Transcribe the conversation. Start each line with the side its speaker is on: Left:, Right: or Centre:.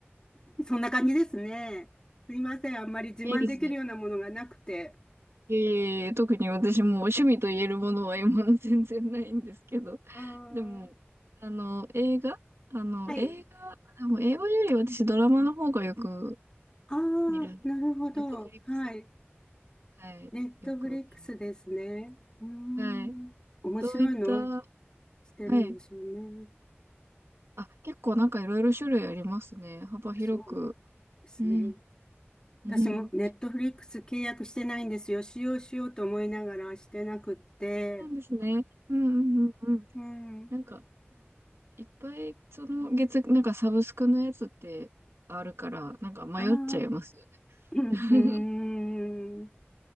Left: そんな感じですね。すいません。あんまり自慢できるようなものがなくて。
Right: いいですね。えー、特に私も趣味と言えるものは今の <laughs> 全然ないんですけど。
Left: うーん。
Right: でも、あの、映画あの、
Left: はい。
Right: 映画、でも映画より私ドラマの方がよく
Left: ああ、
Right: 見る。
Left: なるほど。
Right: ネットフリックスで、
Left: はい。
Right: はい、
Left: ネットフリックスですね。
Right: よく見ます。
Left: うーん。
Right: はい。
Left: 面白いの
Right: どういった、は
Left: してるんでしょうね。
Right: い。あ、結構なんかいろいろ種類ありますね。幅広く。
Left: そうですね。
Right: うん。<laughs>
Left: 私もネットフリックス契約してないんですよ。
Right: うん。
Left: 使用しようと思いながらしてなくって。
Right: そうですね。うんうんうんうん。
Left: うん。
Right: なんか、いっぱい、その月、なんかサブスクのやつってあるから、なんか迷っちゃいますよね。
Left: ああ、うん、
Right: <laughs>
Left: うーん。